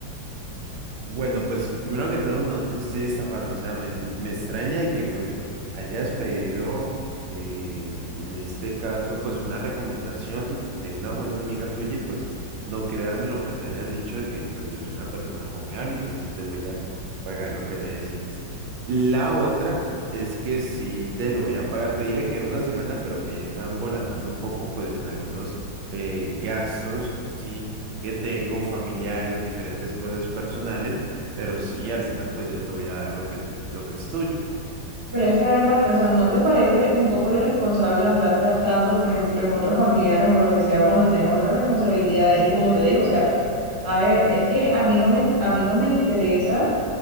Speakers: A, on the right; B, on the right.
A: Bueno, pues primero que todo, no te estoy estafando, o sea, me, me extraña de que pues hayas pedido, eh, en este caso, pues una recomendación de una buena amiga tuya y pues no creas en lo que te hayan dicho de que pues yo soy una persona confiable y pues sí te voy a pagar lo que necesitas. La otra es que sí te lo voy a pagar, te dije que era una semana, pero me están volatando un poco pues en algunos eh, gastos, sí que tengo, familiares, diferentes cosas personales, pero sí, al final pues yo te voy a dar lo que, lo que es tuyo.
B: Pero es que, a ver, Patrick, o sea, ¿no te parece un poco irresponsable andar gastando, por ejemplo, en otros familiares o lo que sea cuando tienes otras responsabilidades? Y como te digo, o sea, a ver, es que a mí no me, in- a mí no me interesa